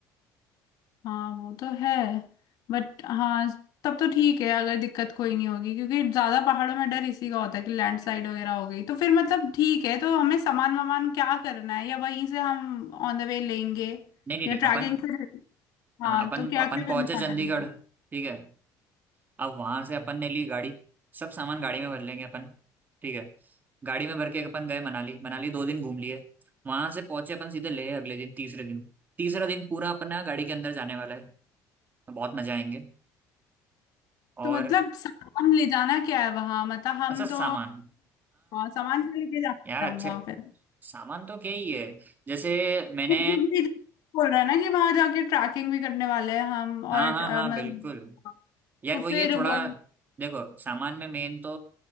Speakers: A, on the left (about 60°); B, on the right (about 25°).
A: हाँ वो तो है बट हाँ तब तो ठीक है अगर दिक्कत कोई नहीं होगी क्योंकि ज्यादा पहाड़ों में डर इसी का होता है कि लैंडस्लाइड वगैरह हो गई तो फिर मतलब ठीक है तो हमें सामान वामान क्या करना है या वहीं से हम ऑन द वे लेंगे
B: नहीं नहीं
A: या
B: नहीं
A: ट्रैकिंग
B: अपन
A: से हाँ
B: हाँ, अपन
A: तो क्या
B: अपन
A: क्या करने
B: पहुंचे
A: वाला
B: चंडीगढ़
A: है
B: ठीक है अब वहां से अपन ने ली गाड़ी सब सामान गाड़ी में भर लेंगे अपन ठीक है गाड़ी में भर के अपन गए मनाली मनाली दो दिन घूम लिए वहां से पहुंचे अपन सीधे लेह अगले दिन तीसरे दिन तीसरा दिन पूरा अपना गाड़ी के अंदर जाने वाला है बहुत मजा आएंगे और
A: तो मतलब सामान ले जाना क्या है वहां मतलब हम
B: अच्छा सामान
A: तो हाँ सामान क्या लेके जाना
B: यार
A: है हम
B: अच्छे
A: वहां पे
B: सामान तो क्या ही है जैसे मैंने
A: ये बोल रहा है ना कि वहां जाके ट्रैकिंग भी करने वाले हैं हम और
B: हाँ हाँ
A: अ,
B: हाँ
A: मतलब
B: बिल्कुल यार
A: तो
B: वो ये
A: फिर
B: थोड़ा
A: वो
B: देखो सामान में मेन तो